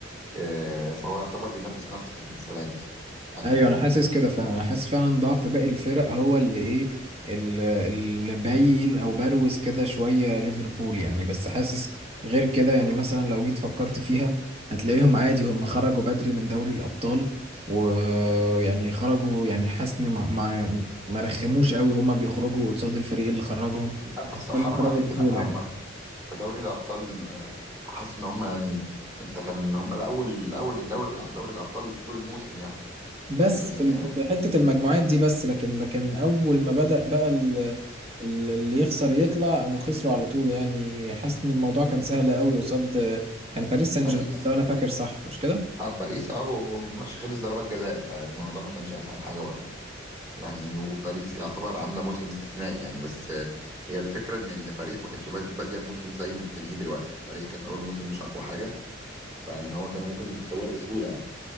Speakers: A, on the right; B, on the right.
A: آه، فهو يعتبر بينافس نفسه السنه دي يعني
B: ايوه انا حاسس كده فعلا انا حاسس فعلا ضعف باقي الفرق هو اللي ايه ال- اللي باين او بروز كده شويه ليفربول يعني بس حاسس غير كده يعني مثلا لو جيت فكرت فيها هتلاقيهم عادي هم خرجوا بدري من دوري الابطال ويعني خرجوا يعني حاسس إني ما ما ما رخموش قوي هم بيخرجوا قصاد الفريق اللي خرجهم
A: لا بس حرام
B: هم خرجوا
A: عليك
B: بسهوله
A: لا اما
B: يعني
A: في دوري الابطال آه، حاسس ان هم يعني انت كان ان هم الاول الاول للدوري على دوري الابطال طول الموسم يعني
B: بس
A: يعني
B: في ال- في حتة المجموعات دي بس لكن لكن أول ما بدأ بقى ال- ال- اللي يخسر يطلع قاموا خسروا على طول يعني حاسس إن الموضوع كان سهل قوي قصاد كان باريس سان
A: باريس
B: جيرمان لو أنا فاكر صح مش كده؟
A: اه باريس اه والماتش خلص ضربات جزاء فيعني الموضوع ما كانش اسهل حاجه برضه يعني وباريس يعتبر عامله موسم استثنائي يعني بس آه، هي الفكره ان ان باريس ما كانتش باد- باديه موسم زي ما بتنهيه دلوقتي باريس كانت في اول موسم مش اقوى حاجه فان هو كانوا ممكن يكسبوها بسهوله يعني